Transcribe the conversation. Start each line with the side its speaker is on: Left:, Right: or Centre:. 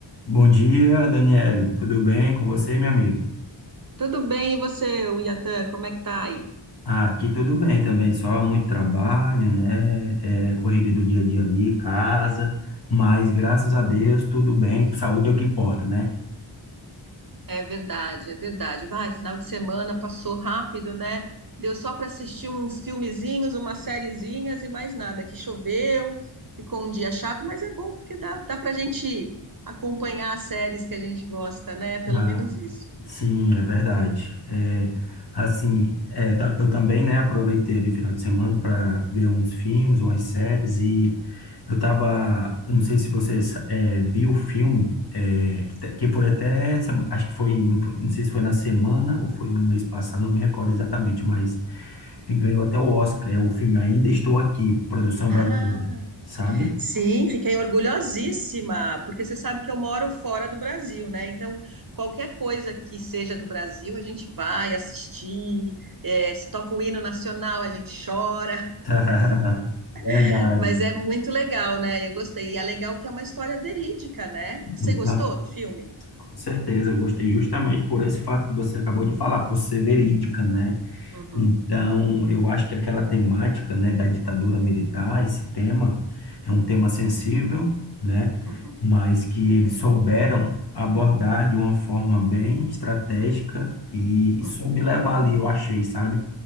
Left: Bom dia, Daniele. Tudo bem com você, minha amiga?
Right: Tudo bem, e você, o Iatan, como é que tá aí?
Left: Ah, aqui tudo bem também, só muito trabalho, né? É, correria do dia a dia ali, casa,
Right: É.
Left: mas graças a Deus tudo bem, saúde é o que importa, né?
Right: É verdade, é verdade. Vai, final de semana passou rápido, né? Deu só para assistir uns filmezinhos, umas sériezinhas e mais nada. Que choveu, ficou um dia chato, mas é bom porque dá, dá para a gente acompanhar as séries que a gente gosta, né? Pelo
Left: Ah,
Right: menos isso.
Left: Sim, é verdade. É, assim, é, ta- eu também, né, aproveitei ali o final de semana para ver uns filmes, umas séries e eu tava, eu não sei se você é, viu o filme é, que te- que foi até, sema- acho que foi, não, foi- não sei se foi na semana ou foi no mês passado, não me recordo exatamente, mas ele ganhou até o Oscar. É o filme Ainda Estou Aqui, produção brasileira,
Right: Ah.
Left: sabe?
Right: Sim, fiquei orgulhosíssima, porque você sabe que eu moro fora do Brasil, né? Então, qualquer coisa que seja do Brasil, a gente vai assistir, é, se toca o hino nacional, a gente chora,
Left: <laughs> Verdade.
Right: <laughs> mas é muito legal, né? Eu gostei. E é legal que é uma história verídica, né? Você
Left: Então,
Right: gostou do filme?
Left: Com certeza, eu gostei justamente por esse fato que você acabou de falar, por ser verídica, né?
Right: Uhum,
Left: Então, eu acho que aquela temática, né, da ditadura militar, esse tema, é um tema sensível, né?
Right: uhum,
Left: Mas que eles souberam abordar de uma forma bem estratégica e,
Right: uhum,
Left: e soube levar ali, eu achei, sabe?